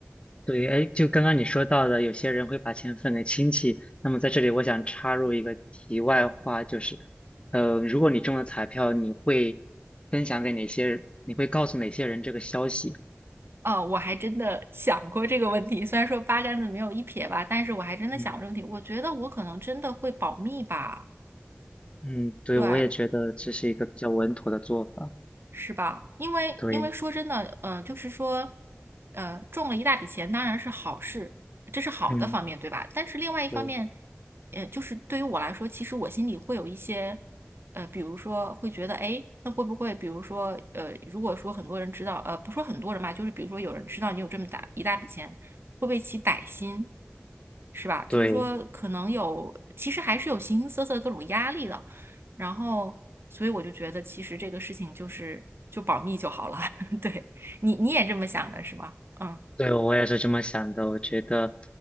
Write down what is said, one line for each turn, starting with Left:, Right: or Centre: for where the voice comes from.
Left: 对，哎，就刚刚你说到的，有些人会把钱分给亲戚。那么在这里，我想插入一个题外话，就是，呃，如果你中了彩票，你会分享给哪些人？你会告诉哪些人这个消息？
Right: 哦，呃我还真的想过这个问题，虽然说八竿子没有一撇吧，但是我还真的想过这个问题。
Left: 嗯
Right: 我觉得我可能真的会保密吧，
Left: 嗯，对，
Right: 对，
Left: 我也觉得这是一个比较稳妥的做法。
Right: 是吧？因为因为说真的，
Left: 对，
Right: 呃，就是说，呃，中了一大笔钱当然是好事，这是好的方面，
Left: 嗯，
Right: 对吧？但是另外一方面，
Left: 对
Right: 呃，就是对于我来说，其实我心里会有一些，呃，比如说会觉得，哎，那会不会，比如说，呃，如果说很多人知道，呃，不说很多人吧，就是比如说有人知道你有这么大一大笔钱，会不会起歹心，是吧？就是说，
Left: 对。
Right: 可能有，其实还是有形形色色的各种压力的。然后，所以我就觉得其实这个事情就是就保密就好了。<laughs> 对，你你也这么想的是吧？嗯。
Left: 对，我也是这么想的。我觉得，